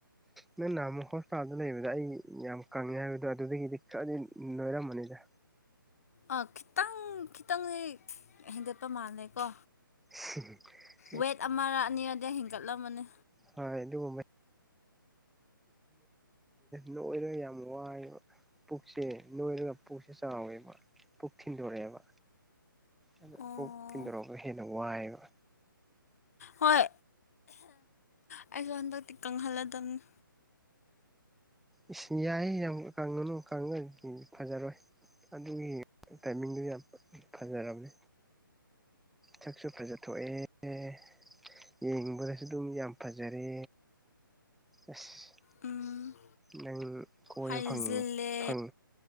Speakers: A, in the centre; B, on the left (about 40°).
A: ꯅꯍꯥꯟꯃ‌ꯣꯛ ꯍ‌ꯣꯁꯄꯤꯇꯥꯜ ꯂꯩꯕꯗ ꯑꯩ ꯌꯥꯝ ꯀꯪꯉꯦ ꯍꯥꯏꯕꯗꯣ ꯑꯗꯨꯗꯒꯤꯗꯤ ꯈꯔꯗꯤ ꯅꯣꯏꯔꯝꯕꯅꯤꯗ
B: ꯑꯥ ꯈꯤꯇꯪ ꯈꯤꯇꯪꯗꯤ ꯍꯦꯟꯒꯠꯄ ꯃꯥꯜꯂꯦ ꯀꯣ
A: <unintelligible>
B: ꯋꯦꯠ ꯑꯃꯔ ꯑꯅꯤꯔꯗꯤ ꯍꯦꯟꯒꯠꯂꯝꯃꯅꯤ
A: ꯍ‌ꯣꯏ ꯑꯗꯨꯒꯨꯝꯕ ꯅꯣꯏꯔ ꯌꯥꯝ ꯋꯥꯏꯑꯦꯕ ꯄꯨꯛꯁꯦ ꯅꯣꯏꯔꯒ ꯄꯨꯛꯁꯦ ꯆꯥꯎꯋꯦꯕ ꯄꯨꯛ ꯊꯤꯟꯗꯣꯔꯛꯑꯦꯕ ꯑꯗ
B: ꯑꯣ
A: ꯄꯨꯣꯛ ꯊꯤꯟꯗꯣꯔꯛꯄ ꯍꯦꯟꯅ ꯋꯥꯏꯑꯦꯕ
B: ꯍꯣꯏ ꯑꯩꯁꯨ ꯍꯟꯗꯛꯇꯤ ꯀꯪꯍꯜꯂꯗꯕꯅꯤ
A: ꯏꯁ ꯌꯥꯏ ꯌꯥꯝ ꯀꯪꯉꯅꯨ ꯀꯪꯉ ꯐꯖꯔꯣꯏ ꯑꯗꯨꯒꯤ ꯇꯥꯏꯃꯤꯡꯗꯨ ꯌꯥꯝ ꯐꯖꯔꯕꯅꯦ ꯁꯛꯁꯨ ꯐꯖ ꯊꯣꯛꯑꯦ ꯌꯦꯡꯕꯗꯁꯨ ꯑꯗꯨꯝ ꯌꯥꯝ ꯐꯖꯔꯦ ꯑꯁ
B: ꯎꯝ
A: ꯅꯪ ꯀꯣꯏꯕ
B: ꯍꯥꯏꯖꯤꯜꯂꯦ
A: ꯐꯪ ꯐꯪ